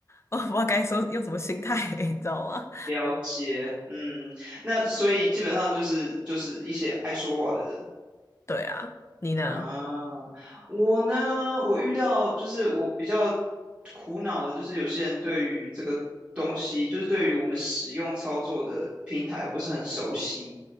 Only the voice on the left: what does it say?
我不知道该说用什么心态，<laughs> 你知道吗？
对啊，你呢？